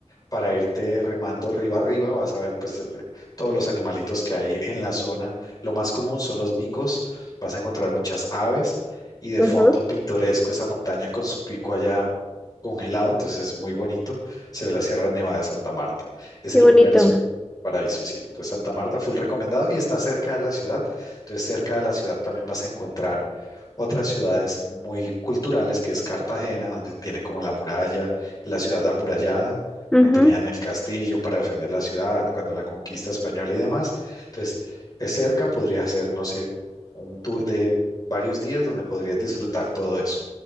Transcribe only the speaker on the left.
para irte remando río arriba, vas a ver pues el- todos los animalitos que hay en la zona. Lo más común son los micos, vas a encontrar muchas aves y de
fondo pintoresco esa montaña con su pico allá congelado, entonces es muy bonito, se ve la Sierra Nevada de Santa Marta. Ese
lugar
es un paraíso, sí. Entonces Santa Marta, full recomendado y está cerca de la ciudad, entonces cerca de la ciudad también vas a encontrar otras ciudades muy culturales, que es Cartagena, donde tiene como la muralla, la ciudad amurallada,
donde tenían el castillo para defender la ciudad cuando la conquista española y demás. Entonces, es cerca, podrías hacer, no sé, un tour de varios días donde podrías disfrutar todo eso.